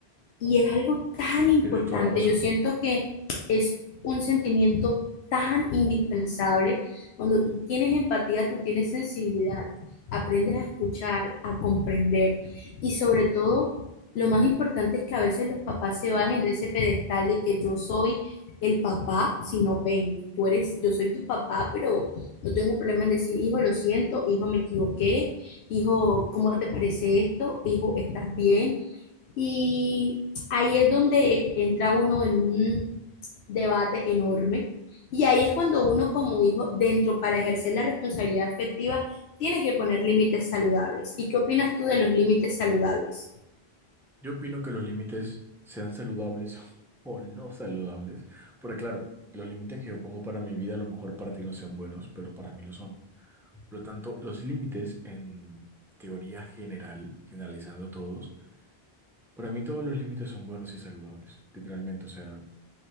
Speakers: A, on the left; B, in the centre.
A: y es algo tan importante.
B: Tienes toda la razón.
A: Yo siento que es un sentimiento tan indispensable. Cuando tú tienes empatía, tú tienes sensibilidad, aprendes a escuchar, a comprender y sobre todo, lo más importante es que a veces los papás se bajen de ese pedestal de que yo soy el papá, si no ven, tú eres, yo soy tu papá, pero no tengo problema en decir, hijo, lo siento, hijo, me equivoqué, hijo, ¿cómo te parece esto? Hijo, ¿estás bien? Y ahí es donde entra uno en un debate enorme. Y ahí es cuando uno como hijo, dentro para ejercer la responsabilidad afectiva, tiene que poner límites saludables. ¿Y qué opinas tú de los límites saludables?
B: Yo opino que los límites sean saludables <laughs> o no saludables, porque claro, los límites que yo pongo para mi vida a lo mejor para ti no sean buenos, pero para mí lo son. Por lo tanto, los límites en teoría general, generalizando todos, para mí todos los límites son buenos y saludables, literalmente. O sea,